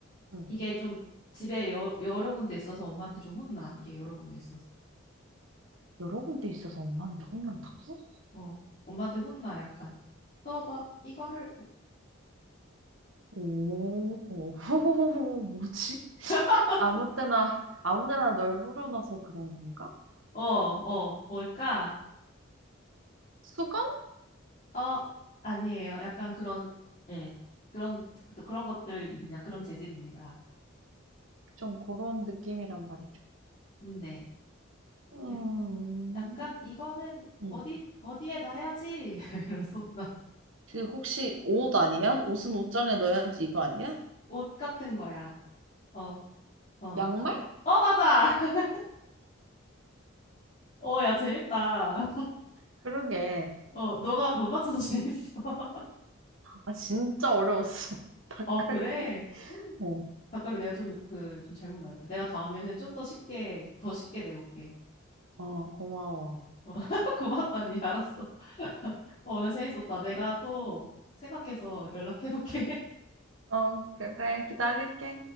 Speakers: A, on the right; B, on the left.
A: 음,
B: 이게 좀 집에 여, 여러 군데 있어서 엄마한테 좀 혼나. 이게 여러 군데 있어서.
A: 여러 군데 있어서 엄마한테 혼난다고?
B: 어, 엄마한테 혼나, 약간. 너 막, 이거를,
A: 오, <laughs> 뭐지?
B: <laughs>
A: 아무 때나, 아무 데나 널 불어놔서 그런 건가?
B: 어, 어, 뭘까?
A: 수건?
B: 어, 아니에요. 약간 그런, 예, 그런, 그런 것들입니다. 그런 재질입니다.
A: 좀 그런 느낌이란 말이죠.
B: 음, 네.
A: 음,
B: 약- 약간 이거는
A: 음.
B: 어디, 어디에 놔야지? <laughs> 이러면서 나
A: 그 혹시 옷 아니야? 옷은 옷장에 넣어야지 이거 아니야?
B: 옷 같은 거야. 어, 어.
A: 양말?
B: 어, 맞아! <laughs> 어, 야, 재밌다.
A: 그러게.
B: 어, 너가 못 맞춰서 재밌어. <laughs>
A: 아, 진짜 어려웠어. <laughs> 닭갈비?
B: 어, 그래?
A: 어,
B: 잠깐만 내가 좀 그 좀 잘못 말했다. 내가 다음에는 좀 더 쉽게 더 쉽게 내볼게.
A: 어, 고마워.
B: <laughs> 고맙다니 알았어. <laughs> 어, 오늘 재밌었다. 내가 또 생각해서 연락해볼게.
A: 어, 그래, 기다릴게.